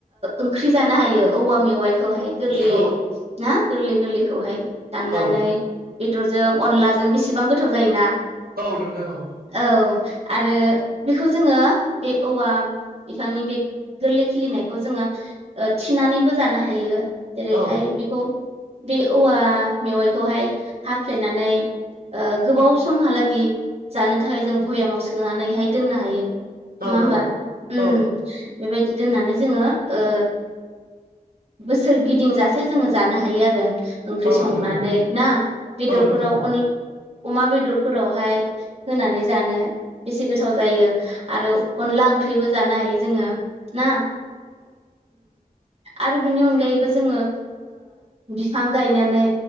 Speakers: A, on the right; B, on the right.
A: ओंख्रि जानो हायो औवा मेवाइ हाय गोरलैयै
B: औ
A: ना गोरलैयै गोरलैखौहाय दाननानै
B: औ
A: बेदरजों अनलाजों बेसेबां गोथाव जायोना।
B: औ नोंथां औ
A: औ आरो बेखौ जोङो बे औवा बिफांनि बे गोरलै खिलिनायखौ जोङो थिनानैबो जानो हायो जेरैहाय
B: औ
A: बेखौ बे औवा मेवाइखौहाय हाफ्लेनानै गोबाव समहालागि जानो थाखाय जों भयामाव सोनानैहाय दोननो हायो नङा
B: औ
A: होमबा
B: औ
A: बेबायदि
B: नोंथां औ
A: दोननानै जोङो ओ बोसोर गिदिंजासे जोङो जानो हायो आरो ओंख्रि
B: औ
A: संनानै
B: नोंथां औ
A: ना
B: औ
A: बेदरफोराव अन अमा बेदरफोरावहाय होनानै जानो बेसे गोथाव जायो आरो अनला ओंख्रिबो जानो हायो जोङो ना आरो बिनि अनगायैबो जोङो बिफां गायनानै